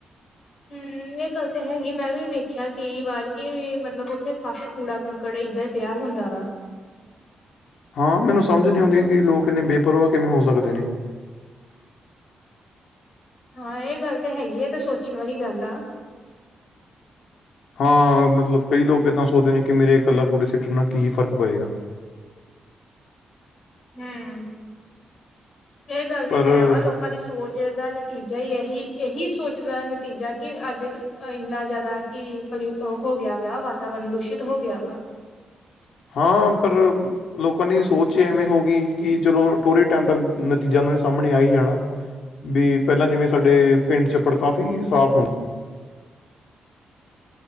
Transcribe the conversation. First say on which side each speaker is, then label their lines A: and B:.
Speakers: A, on the left (about 45°); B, on the left (about 70°).
A: ਹੂੰ ਏਹ ਗੱਲ ਤਾਂ ਹੈਗੀ ਐਂ, ਮੈਂ ਵੀ ਵੇਖਿਆ ਕਈ ਵਾਰ ਕਿ ਮਤਲਬ ਉੱਥੇ ਕਾਫੀ ਕੂੜਾ ਕੜਾ ਏਦਾਂ ਈ ਪਿਆ ਹੁੰਦਾ ਵਾ।
B: ਹਾਂ, ਮੈਨੂੰ ਸਮਝ ਨਈ ਆਉਂਦੀ ਕਿ ਲੋਕ ਏਨੇ ਬੇਪਰਵਾਹ ਕਿਵੇਂ ਹੋ ਸਕਦੇ ਨੇ।
A: ਹਾਂ, ਏਹ ਗੱਲ ਤਾਂ ਹੈਗੀ ਐਂ, ਤੇ ਸੋਚਣ ਵਾਲੀ ਗੱਲ ਆ।
B: ਹਾਂ, ਮਤਲਬ ਕਈ ਲੋਕ ਏਦਾਂ ਸੋਚਦੇ ਨੇ ਕਿ ਮੇਰੇ ਇਕੱਲਾ ਕੂੜੇ ਸਿਟਣ ਨਾਲ ਕੀ ਫ਼ਰਕ ਪਏਗਾ।
A: ਹਮ, ਏਹ ਗੱਲ ਤੇ
B: ਪਰ
A: ਹੈ ਵਾ ਲੋਕ ਕਾ ਦੀ ਸੋਚ ਦਾ ਨਤੀਜਾ ਈ ਐਹੀ ਏਹੀ ਸੋਚ ਦਾ ਨਤੀਜਾ ਕਿ ਅੱਜ ਐਨਾ ਜ਼ਿਆਦਾ ਕਿ ਪਲਿਊਸ ਓ ਹੋ ਗਿਆ ਵਾ, ਵਾਤਾਵਰਨ ਦੂਸ਼ਿਤ ਹੋ ਗਿਆ ਵਾ।
B: ਹਾਂ, ਪਰ ਲੋਕਾਂ ਦੀ ਸੋਚ ਈ ਇਵੇਂ ਹੋ ਗਈ ਕਿ ਚਲੋ, ਥੋੜੇ ਟੈਮ ਤੱਕ ਨਤੀਜਾ ਮੇਰੇ ਸਾਹਮਣੇ ਆਈ ਜਾਣਾ। ਵੀ ਪਹਿਲਾ ਜਿਵੇਂ ਸਾਡੇ ਪਿੰਡ ਛੱਪੜ ਕਾਫੀ ਸਾਫ਼ ਹੁੰਦ